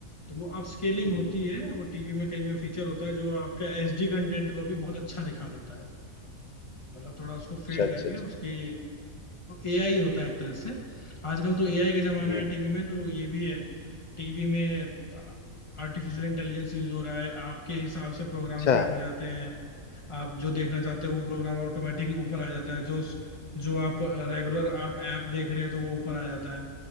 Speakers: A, on the left; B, on the left.
A: तो वो अपस्केलिंग
B: हम्म
A: होती है वो टीवी में कई में फीचर होता है जो आपका एचडी कंटेंट को भी बहुत अच्छा दिखा देता है मतलब थोड़ा उसको फेड
B: अच्छा अच्छा
A: करके
B: अच्छा
A: उसकी एआई होता है एक तरह से आजकल तो एआई का जमाना
B: हम्म
A: है टीवी में तो ये भी है टीवी में आर्टिफिशियल इंटेलिजेंस यूज हो रहा है आपके हिसाब से प्रोग्राम
B: अच्छा
A: सेट हो जाते हैं आप जो देखना चाहते हो वो प्रोग्राम ऑटोमेटिक ऊपर आ जाता है जो जो आप रेगुलर आप ऐप देख रहे हैं तो वो ऊपर आ जाता है